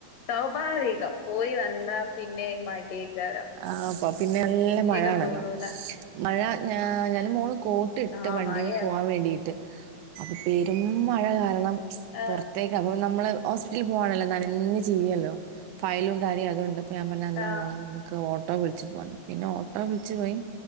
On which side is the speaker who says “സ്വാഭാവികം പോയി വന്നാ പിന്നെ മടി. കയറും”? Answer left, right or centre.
Left